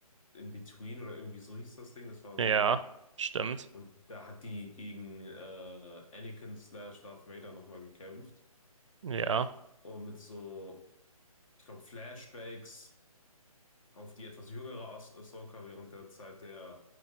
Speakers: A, on the left; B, on the right.
A: in Between oder irgendwie so hieß das Ding. Das war so
B: Ja,
A: ein,
B: stimmt.
A: und da hat die gegen äh, Anakin slash Darth Vader nochmal gekämpft.
B: Ja,
A: Und mit so ich glaube, Flashbacks auf die etwas jüngere Ahs- Ahsoka während der Zeit der